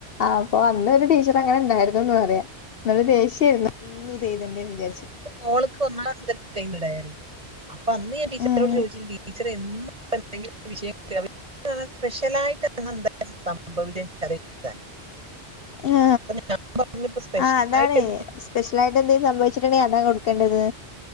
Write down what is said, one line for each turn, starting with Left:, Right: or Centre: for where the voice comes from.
Left: അപ്പൊ അന്ന് ഒരു ടീച്ചർ അങ്ങനെ ഉണ്ടായിരുന്നുന്ന് പറയാ ന്നിട്ട് ദേഷ്യായിരുന്നു എന്നും ഇതെഴ്തെണ്ടേന്ന് ചാരി
Right: മോൾക്ക് ഒന്നാംക്ലാസ് മുതൽ <unintelligible> ഡയറി അപ്പൊ അന്ന് ഞാൻ ടീച്ചറോട്
Left: ഉം
Right: ചോദിച്ചി ടീച്ചറെ എന്നും ഇപ്പൊന്തങ്കിലും വിഷയം കിട്ടാ സ്പെഷ്യലായിട്ട് ഇന്നെന്താ സംഭവിച്ചത് <unintelligible>
Left: ആ
Right: അപ്പൊ ഞാൻ പറഞ്ഞിപ്പോ സ്പെഷ്യലായിട്ട്
Left: ആ അതാണ് സ്പെഷ്യൽ ആയിട്ട് എന്തെങ്കിലും സംഭവിച്ചിട്ടുണ്ടെങ്കിൽ അതാ കൊടുക്കേണ്ടത്